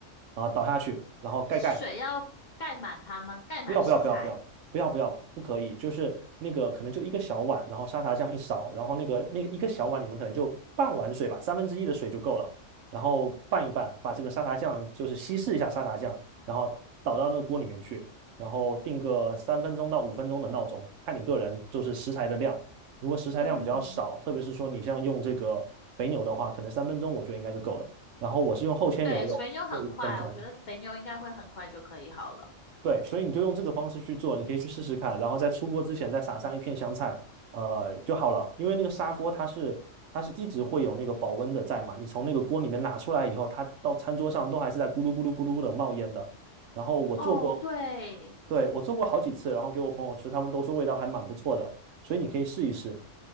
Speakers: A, on the right; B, on the left.
A: 然后倒下去，然后盖盖，
B: 水要盖满它吗？盖满食材。
A: 不要不要不要不要不要不要，不可以，就是那个可能就一个小碗，然后沙茶酱一勺，然后那个那一个小碗里面可能就半碗水吧，三分之一的水就够了，然后拌一拌，把这个沙茶酱就是稀释一下沙茶酱，然后倒到那个锅里面去，然后定个三分钟到五分钟的闹钟，看你个人就是食材的量，如果食材量比较少，
B: 嗯，
A: 特别是说你像用这个肥牛的话，可能三分钟我觉得应该就够了，然后我是用厚切牛肉，
B: 对，肥牛很快，
A: 就五分钟，
B: 我觉得肥牛应该会很快就可以好了。
A: 对，所以你就用这个方式去做，你可以去试试看，然后在出锅之前再撒上一片香菜，呃就好了。因为那个砂锅它是它是一直会有那个保温的在嘛，你从那个锅里面拿出来以后，它到餐桌上都还是在咕噜咕噜咕噜的冒烟的。然后我做过，
B: 哦，对，
A: 对，我做过好几次，然后给我朋友吃，他们都说味道还蛮不错的，所以你可以试一试。